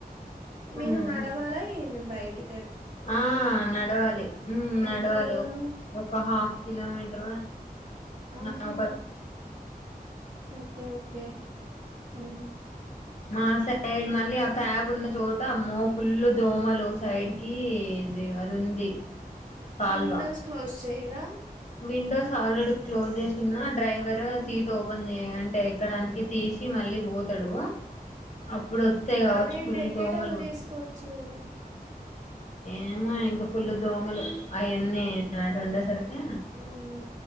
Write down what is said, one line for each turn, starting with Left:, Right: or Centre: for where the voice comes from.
Right: మీ
Left: ఉహు
Right: ను నడవాలా బయట ఇక
Left: ఆ నడవాలి నడవాలి
Right: ఎంత దూరం?
Left: ఒక హాఫ్ కిలోమీటర్
Right: ఆహా!
Left: నప్ప
Right: ఓకే ఓకే ఉ
Left: మా సైడ్ మళ్ళీ ఆ కబ్ ఉన్న చోట అమ్మ ఫుల్ దోమలు సైడ్ కి ఇది అది ఉంది కాల్వ
Right: విండోస్ క్లోజ్ చెయరా
Left: విండోస్ ఆల్రెడీ క్లోజ్ చేసిన డ్రైవర్ సీట్ ఓపెన్ అంటే ఎక్కడానికి తీసి మళ్ళీ పోతాడు అప్పు ఇప్పుడు వస్తే కావచ్చు
Right: అదేండి
Left: ఫుల్
Right: ఎక్కేటప్పుడు
Left: దోమలు కూడా
Right: తీసుకోవచ్చు గదా!
Left: ఏమో ఇంకా ఫుల్ దోమలు అవన్నీ అ వండేసరికి
Right: హుహు.